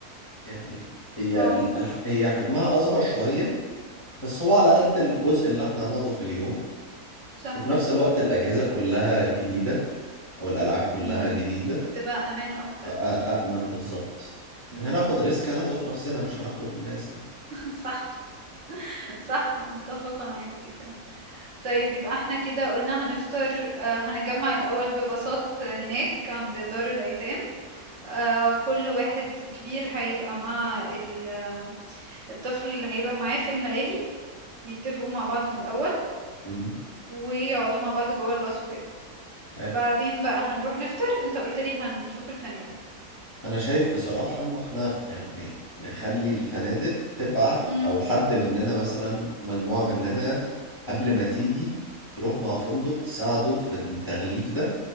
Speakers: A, on the left; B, on the right.
A: يعني هي
B: آه،
A: هي حجمها اصغر شوية بس هو على قد الجزء اللي احنا هنقعده في اليوم
B: صح،
A: وفي نفس الوقت الأجهزة كلها جديدة أو الألعاب كلها
B: إمم،
A: جديدة
B: فتبقى أمان أكتر
A: فأأمن
B: برضه.
A: بالظبط يعني
B: إمم،
A: هناخد
B: <laughs> إمم،
A: ريسك هناخده في نفسنا مش هناخده في الناس يعني
B: صح، صح، أنا متفقة معاك جدًا. طيب يبقى إحنا كده قُلنا هنفطر آآ هنتجمّع الأول بباصات هناك عند دار الأيتام، آآ كل واحد كبير هيبقى مع ال الطفل اللي هيبقى معاه في الملاهي يتفقوا مع بعض من الأول
A: امم
B: ويقعدوا مع بعض جوه الباص وكده
A: حلو
B: بعدين بقى هنروح نفطر انت قلت لي هنشوف الفنادق
A: أنا شايف بصراحة إن إحنا يعني نخلي الفنادق تبعت
B: امم
A: أو حد مننا مثلا مجموعة مننا قبل ما تيجي تروح مع فندق تساعده في التغليف ده